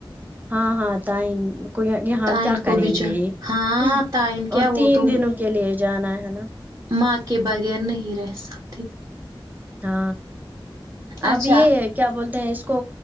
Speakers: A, on the right (about 20°); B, on the right (about 45°).
A: ہاں ہاں تائیں کو یہاں
B: تعین
A: کیا کریں
B: کو بھی
A: گے
B: جو
A: یہ
B: ہاں
A: ہ
B: تعین
A: اور
B: کیا وہ
A: تین
B: تو
A: دنوں کے لیے جانا ہے نا
B: ماں کے بغیر نہیں رہ سک
A: تا
B: اچھا
A: اب یہ کیا بولتے ہیں اس کو